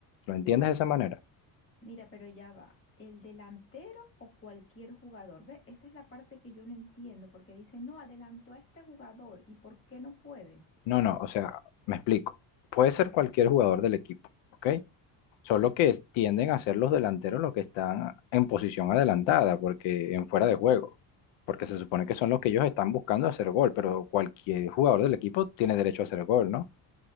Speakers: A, on the left; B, on the left.
A: ¿Lo entiendes de esa manera?
B: Mira, pero ya va, el delantero o cualquier jugador, ¿ve? Esa es la parte que yo no entiendo, porque dicen, no, adelantó a este jugador, ¿y por qué no puede?
A: No, no, o sea, me explico. Puede ser cualquier jugador del equipo, ¿ok? Son lo que tienden a ser los delanteros los que están en posición adelantada, porque en fuera de juego. Porque se supone que son los que ellos están buscando hacer gol, pero cualquier jugador del equipo tiene derecho a hacer gol, ¿no?